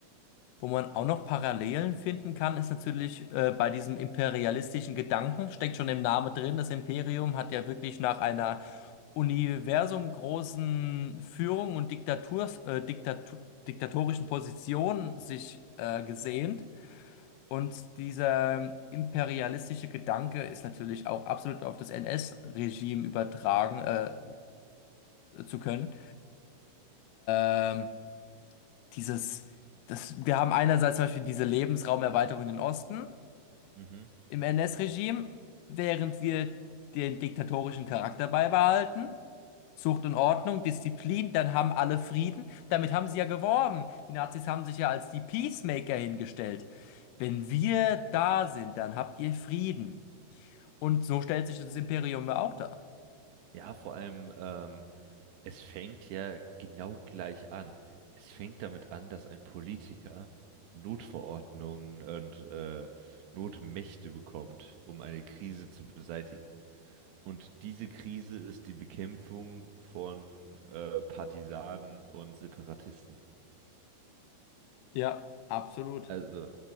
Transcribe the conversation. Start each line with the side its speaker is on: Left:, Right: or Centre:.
Left: Wo man auch noch Parallelen finden kann, ist natürlich äh, bei diesem imperialistischen Gedanken, steckt schon im Namen drin, das Imperium hat ja wirklich nach einer universumgroßen Führung und Diktaturs, äh, Diktatu diktatorischen Position sich äh, gesehnt. Und dieser imperialistische Gedanke ist natürlich auch absolut auf das NS-Regime übertragen äh, zu können. Ähm, Dieses, das, wir haben einerseits zum Beispiel diese Lebensraumerweiterung in den Osten.
Right: Mhm.
Left: im NS-Regime, während wir den diktatorischen Charakter beibehalten. Zucht und Ordnung, Disziplin, dann haben alle Frieden. Damit haben sie ja geworben. Die Nazis haben sich ja als die Peacemaker hingestellt. Wenn wir da sind, dann habt ihr Frieden. Und so stellt sich das Imperium ja auch dar.
Right: Ja, vor allem, ähm, Es fängt ja genau gleich an. Es fängt damit an, dass ein Politiker Notverordnungen und äh, Notmächte bekommt, um eine Krise zu beseitigen. Und diese Krise ist die Bekämpfung von äh, Partisanen und Separatisten.
Left: Ja, Absolut.
Right: Also,